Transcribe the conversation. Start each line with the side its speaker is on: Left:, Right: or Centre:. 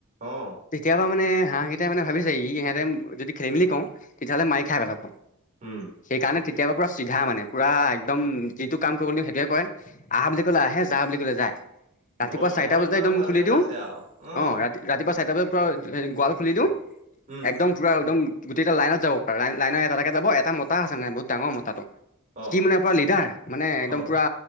Right: অ
Left: তেতিয়াপা মানে হাঁহ কেইটাই মানে ভাবিছে এ ইিহতে যদি খেলি কওঁ তেতিয়াহ'লে মাৰি খাই পেলাব
Right: উম
Left: সেই কাৰণে তেতিয়াবা পুৰা চিধা মানে পুৰা একদম যিটো কাম কৰিব দিও সেইটোৱে কৰে আহ বুলি ক'লে আহে যা বুলি ক'লে যায় ৰাতিপুৱা
Right: ভয়তো
Left: চাৰিটা
Right: মনত
Left: বজাতে
Right: মানে
Left: একদম
Right: ভালকে
Left: খুলি
Right: সোমাইছে
Left: দিওঁ
Right: আৰু উম
Left: অ ৰাতি ৰাতিপুৱা চাৰটা বজাত। হ গোৱাল খুলি দিওঁ
Right: উম
Left: একদম পুৰা একদম গোটেইটা লাইনত যাব আৰু লাইনৰ এটা এটা যাব এটা মতা আ মানে বহুত ডাঙৰ মতা তাতো
Right: অ
Left: সি মানে পুৰা লিডাৰ মানে একদম
Right: অ
Left: পুৰা